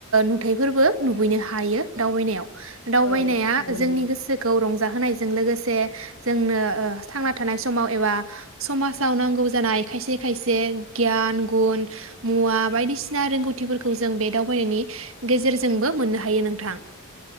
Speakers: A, on the right; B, on the left.
A: नुथाइफोरबो नुबैनो हायो दावबायनायाव। दावबायनाया
B: औ नंगौ
A: जोंनि
B: नोंथां
A: गोसोखौ रं जाहोनायजों लोगोसे जोंनो थांना थानाय समाव एबा समाजाव नांगौ जानाय खायसे खायसे गियान गुन मुवा बायदिसिना रोंगौथिफोरखौ जों बे दावबायनायनि गेजेरजोंबो मोननो हायो नोंथां।